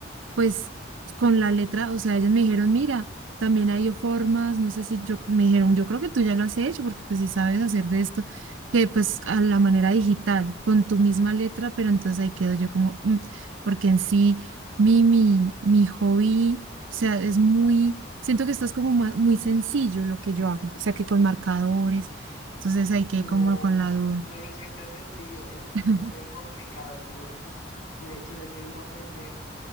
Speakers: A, on the right; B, on the left.
A: pues con la letra, o sea, ellos me dijeron, mira, también hay formas, no sé si yo, me dijeron, yo creo que tú ya lo has hecho, porque pues si sabes hacer de esto, que pues a la manera digital, con tu misma letra, pero entonces ahí quedo yo como, "Mm", porque en sí, mi, mi, mi hobby, o sea, es muy, siento que esto es como ma- muy sencillo lo que yo hago, o sea, que con marcadores, entonces ahí quedé
B: No,
A: como con la duda.
B: no lo sientas sencillo, es
A: <laughs>
B: re complicado, te lo juro que, mira, yo lo he querido aprender